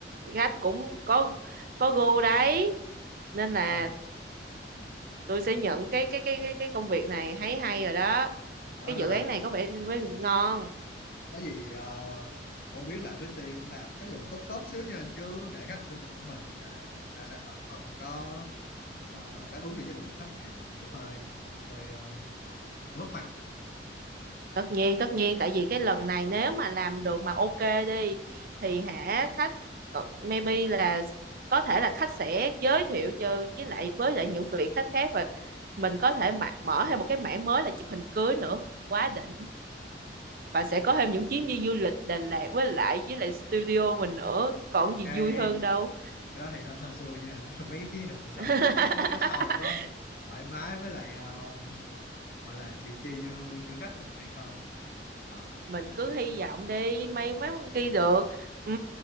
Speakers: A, on the right (about 55°); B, on the left (about 55°).
A: khách cũng có có gu đấy. Nên là
B: à,
A: tôi sẽ nhận cái cái cái cái cái công việc này thấy hay rồi đó.
B: đó
A: Cái
B: nên
A: dự
B: là
A: án này có vẻ ngon.
B: có gì ờ, phổ biến lại với team làm chất lượng tốt tốt xíu nha chứ để khách tin tưởng mình mà ra sản phẩm không có ờ, đáp ứng được chất lượng của khách thì thì cũng hơi hơi ờ, hơi mất mặt
A: tất nhiên tất nhiên tại vì cái lần này nếu mà làm được mà ok đi thì hả khách có- maybe là có thể là khách sẽ giới thiệu cho với lại với lại những vị khách khác và mình có thể mạ- mở thêm một cái mảng mới là chụp hình cưới nữa quá đỉnh và sẽ có thêm những chuyến đi du lịch Đà Lạt với lại với lại studio mình nữa còn gì
B: cái
A: vui hơn đâu
B: cái đó thì hơn hơn xui nha <laughs> mấy cái chiến lược bây giờ
A: <laughs>
B: không chắc mấy khách sau có thoải mái với lại ờ, gọi là chịu chi như như khách địch này không ờ
A: mình cứ hy vọng đi may mắn ghi được ừ.